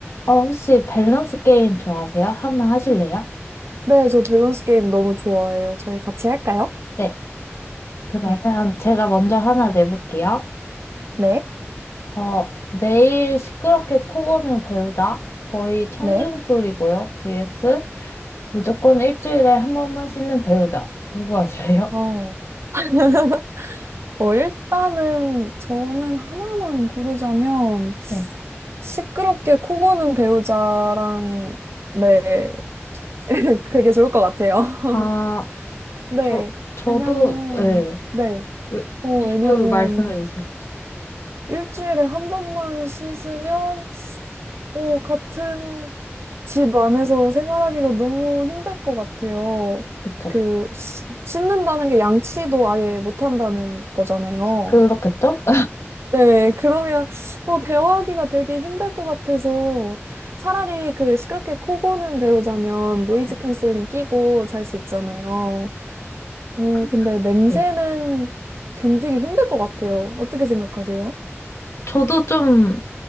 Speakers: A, on the left (about 70°); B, on the right (about 65°).
A: 어, 혹시 밸런스 게임 좋아하세요? 하나 하실래요?
B: 네, 저 밸런스 게임 너무 좋아해요. 저희 같이 할까요?
A: 네. 그러면
B: 네.
A: 제가 먼저 하나 내볼게요.
B: 네,
A: 어, 매일 시끄럽게 코 고는 배우자. 거의 청중소리고요.
B: 네.
A: vs 무조건 일주일에 한 번만 씻는 배우자. 누구 하실래요?
B: 어, <laughs> 어, 일단은 저는 하나만 고르자면
A: <laughs> 네.
B: 시끄럽게 코 고는 배우자랑 네, <laughs> 그게 좋을 것 같아요. <laughs>
A: 아,
B: 네,
A: 저, 저도,
B: 왜냐면
A: 예.
B: 네,
A: 왜-
B: 어,
A: 이유
B: 왜냐면
A: 말씀해 주세요.
B: 일주일에 한 번만 씻으면, 오, 같은 집 안에서 생활하기가 너무 힘들 것 같아요.
A: 그쵸.
B: 그, 씻- 씻는다는 게 양치도 아예 못한다는 거잖아요.
A: 그렇겠죠?
B: 네, 그러면, 어, 대화하기가 되게 힘들 것 같아서 차라리 그 시끄럽게 코 고는 배우자면
A: <laughs>
B: 노이즈
A: 네.
B: 캔슬링 끼고 잘 수 있잖아요. 어,
A: 그-
B: 근데 냄새는
A: 네.
B: 견디기 힘들 것 같아요. 어떻게 생각하세요?
A: 저도 좀